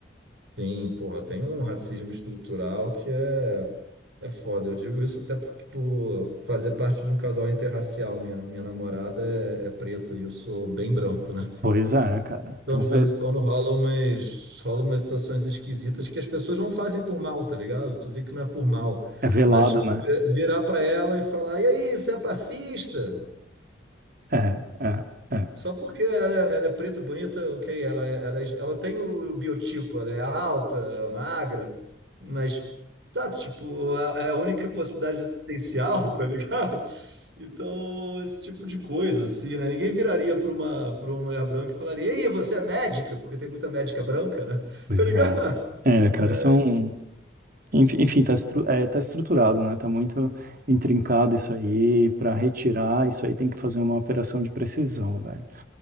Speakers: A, on the right (about 70°); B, on the right (about 55°).
A: Sim, porra, tem um racismo estrutural que é, é foda. Eu digo isso até porque por fazer parte de um casal interracial. Minha, minha namorada é, é preta e eu sou bem branco, né?
B: Pois é, cara.
A: Então,
B: Então,
A: de
B: você-
A: vez em quando rola umas, rola umas situações esquisitas que as pessoas não fazem por mal, tá ligado? Tu vê que não é por mal.
B: é velado,
A: Mas tipo,
B: né?
A: vi- virar pra ela e falar, e aí, você é passista?
B: É, é, é.
A: Só porque ela, ela é preta, bonita, ok, ela, é- ela, é- ela tem o biotipo, ela é alta, magra, mas tá, tipo, é é a única possibilidade existencial, <laughs> tá ligado? Então, esse tipo de coisa, assim, né? Ninguém viraria para uma, para uma mulher branca e falaria, ei, você é médica? Porque tem muita médica branca, né? <laughs>
B: Pois
A: Tá ligado?
B: é. É, cara,
A: É,
B: são
A: então,
B: Enf- Enfim, tá, estru- é, tá estruturado, né? Tá muito intrincado
A: é,
B: isso aí. Para retirar isso aí tem que fazer uma operação de precisão, velho.